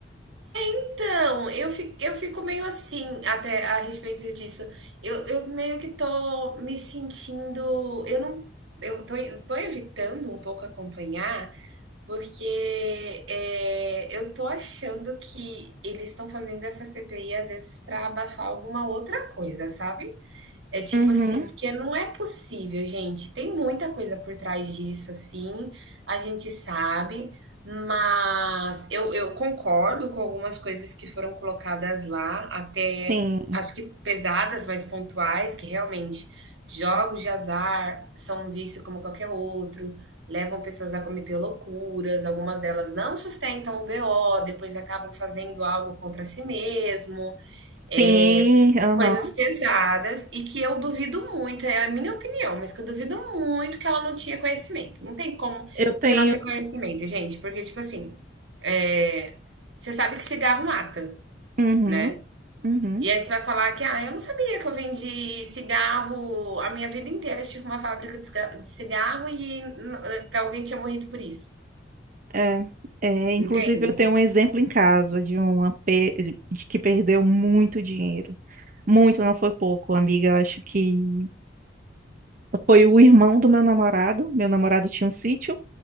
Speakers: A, on the right; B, on the right.
A: Então, eu fico, eu fico meio assim até a respeito disso. Eu, eu meio que tô me sentindo. Eu não. Eu tô, eu tô evitando um pouco acompanhar, porque é, eu tô achando que eles estão fazendo essa CPI às vezes para abafar alguma outra coisa, sabe? É tipo
B: Uhum.
A: assim, porque não é possível, gente. Tem muita coisa por trás disso, assim, a gente sabe, mas eu, eu concordo com algumas coisas que foram colocadas lá, até
B: Sim.
A: acho que pesadas, mas pontuais, que realmente jogos de azar são um vício como qualquer outro, levam pessoas a cometer loucuras, algumas delas não sustentam o BO, depois acabam fazendo algo contra si mesmo. É,
B: Sim, aham.
A: coisas pesadas e que eu duvido muito, é a minha opinião, mas que eu duvido muito que ela não tinha conhecimento. Não tem como
B: Eu tenho.
A: você não ter conhecimento, gente, porque, tipo assim, eh, você sabe que cigarro mata,
B: Uhum,
A: né?
B: uhum.
A: E aí você vai falar que, ah, eu não sabia que eu vendi cigarro a minha vida inteira, tive uma fábrica de ciga- de cigarro e n- que alguém tinha morrido por isso.
B: É, é, inclusive
A: Entende?
B: eu tenho um exemplo em casa de uma pe- de de que perdeu muito dinheiro. Muito, não foi pouco, amiga. Eu acho que foi o irmão do meu namorado. Meu namorado tinha um sítio.